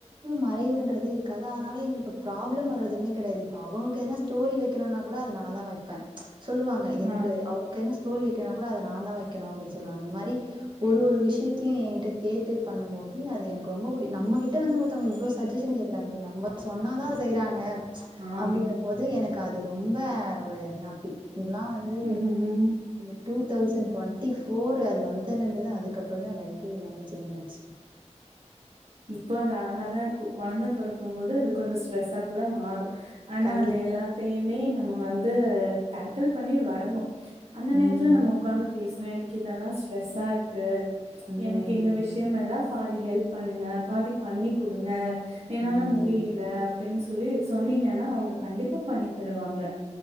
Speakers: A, on the right (about 40°); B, on the right (about 55°).
A: மறைவுன்றது இருக்காது அதா அதுனால எங்களுக்கு ப்ராப்ளம் வர்றதுமே கிடையாது இப் அவங்களுக்கு எதனா ஸ்டோரி வைக்கணும்னா கூட அதை நான் தான் வைப்பேன் சொல்லுவாங்க எனக்கு
B: ஆ,
A: அவங்களுக்கென்ன ஸ்டோரி வெக்குனா கூட அத நா தா வெக்கணோ அப்டின்னு சொல்லுவாங்க அந்த மாரி ஒரு ஒரு விஷியத்தையோ என்கிட்ட கேட்டு பண்ணும்போது அது எனக்கு ரொம்ப புடி நம்பகிட்ட வந்து ஒருத்தவங்க இவ்ளோ சஜஷன் கேட்குறாங்களே நம்ப சொன்னாதா அத செய்யிறாங்க
B: ஆமா.
A: அப்படின்னும் போது எனக்கு அது ரொம்ப ஒரு ஹாப்பி இதெல்லாம் வந்து
B: ம், ம்
A: இந்த டூ தௌசண்ட் டவெண்டி ஃபோர் அது வந்தல இருந்துதா அதுக்கப்புறம்தா லைஃபே எல்லாமே சேஞ்ச் ஆச்சு.
B: இப்போ அந்த அழகாதா இருக்கு கொழந்த பொறக்கும்போது அது கொஞ்ச ஸ்ட்ரெஸ்ஸா கூட மாறு ஆனா
A: கண்டி
B: அது எல்லாத்தையுமே நம்ம வந் தி டேக்கிள் பண்ணி வரணு அந்த நேரத்துல
A: ம்
B: நம்ம உக்காந்து பேசுனோ எனக் கு இதெல்லா ஸ்ட்ரெஸ்ஸா இருக்கு
A: ம்
B: எனக்கு இந்த விஷியோமெல்லா பாதி ஹெல்ப் பண்ணுங்க பாதி பண்ணி குடுங்க என்னால
A: ம்
B: முடியில அப்டின்னு சொல்லி சொன்னீங்கன்னா அவங்க கண்டிப்பா பண்ணி தருவாங்க